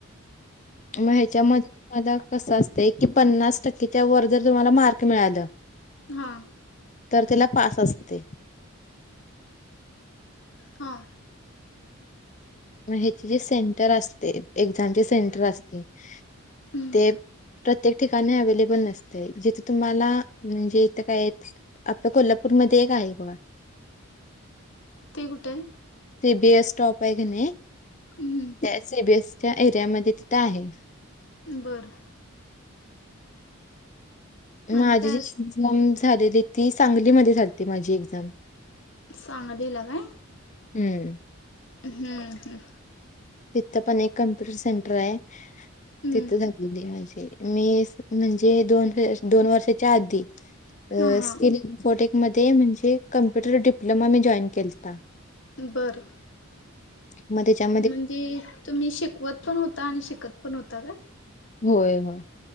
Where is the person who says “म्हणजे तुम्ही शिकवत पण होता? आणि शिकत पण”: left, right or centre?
Left